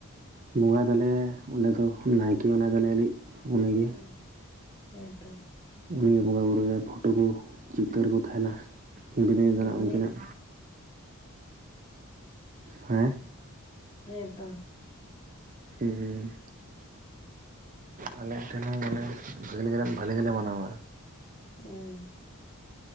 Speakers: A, on the right (about 35°); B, on the left (about 25°).
A: ᱵᱚᱸᱜᱟᱭ ᱛᱟᱞᱮᱭᱟ ᱚᱸᱰᱮ ᱫᱚ ᱱᱟᱭᱠᱮ ᱵᱚᱸᱜᱟᱭ ᱛᱟᱞᱮᱭ ᱞᱮᱤᱡ ᱩᱱᱤ ᱜᱮ
B: ᱚ ᱦᱮᱸᱛᱚ
A: ᱩᱱᱤᱜᱮ ᱵᱚᱸᱜᱟᱼ ᱵᱩᱨᱩᱭᱟ ᱯᱷᱳᱴᱳ ᱠᱚ ᱪᱤᱛᱟᱹᱨ ᱠᱚ ᱛᱟᱦᱮᱱᱟ ᱵᱤᱫᱩ ᱪᱟᱱᱫᱟᱱ
B: ᱢᱟᱱᱮ
A: ᱩᱱᱠᱤᱱᱟᱜ ᱦᱮᱸ
B: ᱦᱮᱸ ᱛᱚ
A: ᱦᱮᱸ ᱦᱮᱸ ᱟᱞᱮ ᱴᱷᱮᱱ ᱦᱚᱸ ᱢᱟᱱᱮ ᱵᱷᱮᱞᱮ ᱜᱮ ᱵᱷᱟᱹᱞᱤ ᱜᱮᱞᱮ ᱢᱟᱱᱟᱣᱟ
B: ᱦᱩᱸ